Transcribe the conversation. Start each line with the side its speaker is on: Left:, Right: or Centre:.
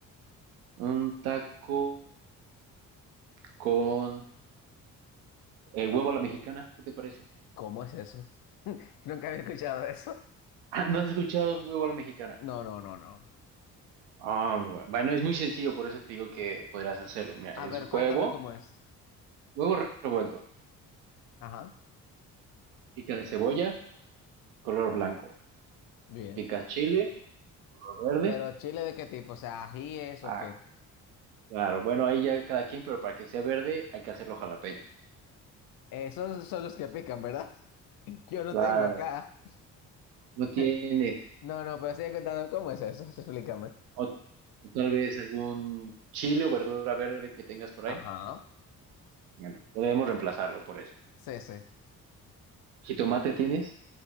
Right: Un taco con eh, huevo a la mexicana, ¿qué te parece?
Left: ¿Cómo es eso? <laughs> Nunca había escuchado eso.
Right: Ah, ¿no has escuchado el huevo a la mexicana?
Left: No, no, no, no.
Right: Ah, bu- bueno, es muy sencillo, por eso te digo que podrás hacerlo. Mira,
Left: A
Right: es
Left: ver, cuéntame
Right: huevo,
Left: cómo es.
Right: huevo revuelto,
Left: Ajá,
Right: pica cebolla, color blanco,
Left: bien.
Right: pica chile, color verde
Left: Pero chile de qué tipo, o sea, ajíes
Right: Ah,
Left: o qué.
Right: Claro, bueno, ahí ya cada quien, pero para que sea verde hay que hacerlo jalapeño.
Left: Esos son los que pican, ¿verdad? <laughs> Yo no
Right: claro.
Left: tengo acá.
Right: No tienes.
Left: <laughs> No, no, pero sigue contando cómo es eso, <laughs> explícame.
Right: O, o tal vez algún chile o verdura verde que tengas por ahí.
Left: Ajá.
Right: Bueno, podemos reemplazarlo por eso.
Left: Sí, sí.
Right: ¿Jitomate tienes?